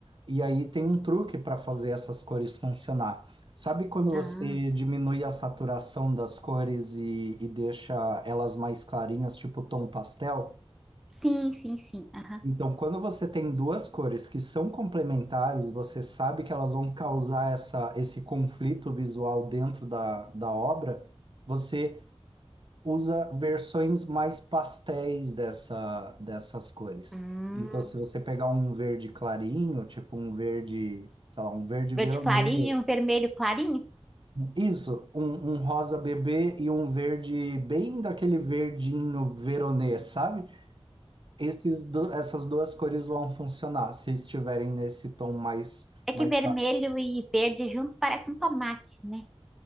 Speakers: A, on the right; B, in the centre.
A: E aí tem um truque para fazer essas cores funcionar. Sabe quando você
B: ah.
A: diminui a saturação das cores e, e deixa elas mais clarinhas, tipo tom pastel?
B: Sim, sim, sim. Aham.
A: Então, quando você tem duas cores que são complementares, você sabe que elas vão causar essa, esse conflito visual dentro da, da obra, você usa versões mais pastéis dessa, dessas cores.
B: Hum.
A: Então, se você pegar um verde clarinho, tipo um verde, sei lá, um verde
B: Verde
A: veronês,
B: clarinho, vermelho clarinho?
A: isso, um, um rosa bebê e um verde bem daquele verdinho veronês, sabe? Esses do- essas duas cores vão funcionar se estiverem nesse tom mais
B: É
A: mais
B: que vermelho e verde junto parece um tomate, né?